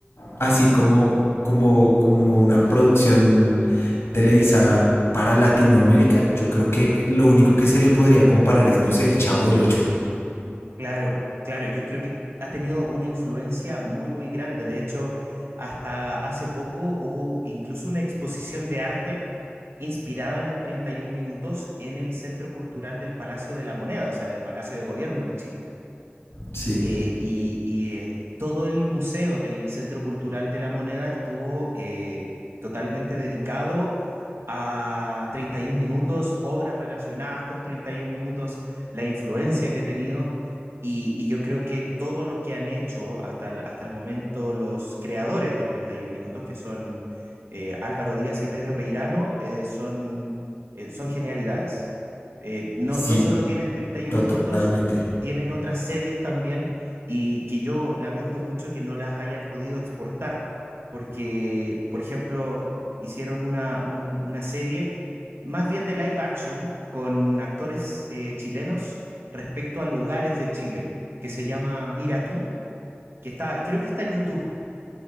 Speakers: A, on the left; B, on the right.
A: así como, como, como una producción televisada para Latinoamérica, yo creo que lo único que se le podría comparar es, no sé, el Chavo del Ocho.
B: Claro, claro, yo creo que ha tenido una influencia muy, muy grande. De hecho, hasta hace poco hubo incluso una exposición de arte inspirada en 31 minutos en el Centro Cultural del Palacio de la Moneda, o sea, del Palacio de Gobierno de Chile
A: Sí.
B: eh, y, y, eh, todo el museo del Centro Cultural de la Moneda estuvo eh, totalmente dedicado a 31 minutos, obras relacionadas con 31 minutos, la influencia que ha tenido. Y, y yo creo que todo lo que han hecho hasta el, hasta el momento los creadores de 31 minutos, que son eh, Álvaro Díaz y Pedro Peirano, eh, son, eh, son genialidades. Eh, no,
A: Sí,
B: no solo tienen 31
A: totalmente.
B: minutos, tienen otras series también y que yo lamento mucho que no las hayan podido exportar, porque, por ejemplo, hicieron una, un- una serie más bien de live action con actores eh, chilenos respecto a lugares de Chile, que se llama Mira tú, que está, creo que está en YouTube.